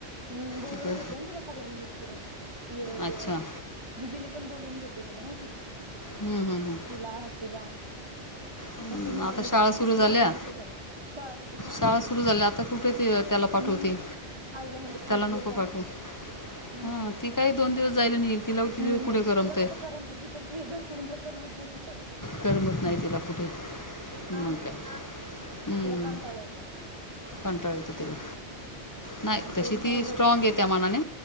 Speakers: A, on the right; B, on the left.
A: हम् बोलून
B: तिकडं
A: घेतलं ना तिला सगळ्यांनी तिकडं य
B: अच्छा
A: य दिदीनी पण बोलून घेतले तिला माहितीहे का
B: हं, हं, हं.
A: तिला हॅप्पीला <inaudible>
B: अं,
A: हॅप्पी म्हणतो
B: आता
A: मी
B: शाळा
A: जातो
B: सुरू
A: हॅपीला
B: झाल्या
A: म्हणलं नको जाऊ शाळा सुरू झाली
B: शाळा
A: तुझी
B: सुरू झाल्या आता कुठे ती त्याला पाठवते
A: म आईला म्हणतल
B: त्याला
A: तूच
B: नको
A: ये जाऊन
B: पाठवू
A: हम्म
B: हां ती काही दोन दिवस जाईल आणि येईल तिला तिथे
A: येईन
B: कुठे
A: लगीच
B: करमतंय
A: तिला कुठं करमत हितच हे घर सोडून तिला करमत नाही कुठं.
B: करमत नाही तिला कुठे
A: हा
B: मग
A: ना
B: काय हम्म
A: तिला कंटाळा येतो
B: कंटाळा येतो तिला नाही तशी
A: तरी हाय
B: ती
A: बरी
B: स्ट्रॉग आहे त्या मानाने.